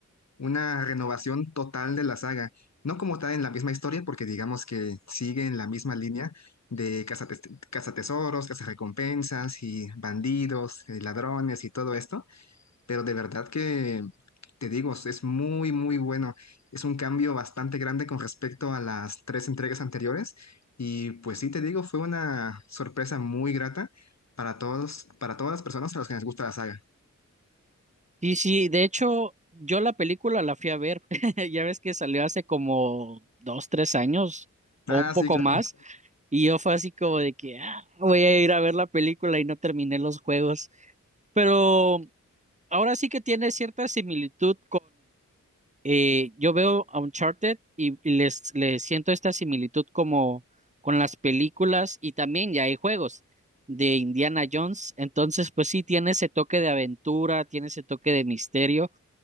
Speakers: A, on the left (about 60°); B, on the right (about 25°).
A: una renovación total de la saga. No como tal en la misma historia, porque digamos que sigue en la misma línea de cazate- cazatesoros, cazarrecompensas y bandidos, eh, ladrones y todo esto, pero de verdad que, te digo, es muy, muy bueno. Es un cambio bastante grande con respecto a las tres entregas anteriores y pues sí, te digo, fue una sorpresa muy grata para todos, para todas las personas a las que les gusta la saga.
B: Sí, sí, de hecho, yo la película la fui a ver, <laughs> ya ves que salió hace como dos, tres años o
A: Ah,
B: un poco
A: sí, claro.
B: más y yo fue así como de que "Ah, voy a ir a ver la película y no terminé los juegos, pero ahora sí que tiene cierta similitud eh, yo veo a Uncharted y, y les, les siento esta similitud como con las películas y también ya hay juegos de Indiana Jones, entonces pues sí, tiene ese toque de aventura, tiene ese toque de misterio,